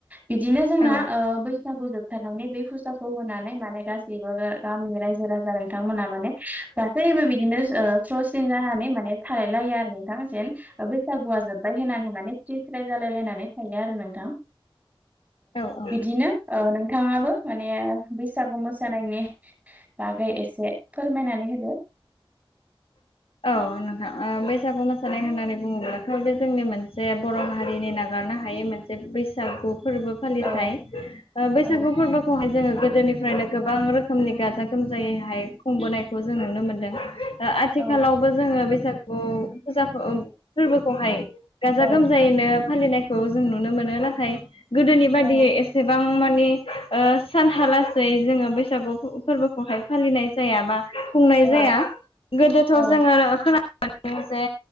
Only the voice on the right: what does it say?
बिदिनो जोंना
बैसागु जोबथारनानै बे फुथाखौ होनानै माने गासैबो गामिनि रायजो राजा नोंथांमोन ना माने गासैबो बिदिनो ओ जसिन जानानै माने थालाय लायो आरो नोंथां जेन बैसागुआ जोब्बाय होननानै माने स्रि स्राय जालाय लायनानै थायो आरो नोंथां
नो नोंथाङाबो माने बैसागु मोसानायनि बागै एसे फोर मायनानै होदो।
औ
औ
औ
औ
औ
औ
औ
औ